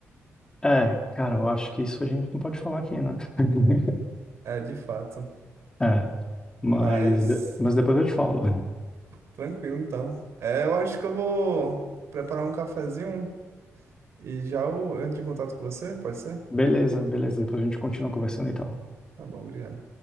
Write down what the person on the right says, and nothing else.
É, de fato.
Mas
tranquilo, então. É, eu acho que eu vou preparar um cafezinho e já eu entro em contato com você, pode ser?
Tá bom, obrigado.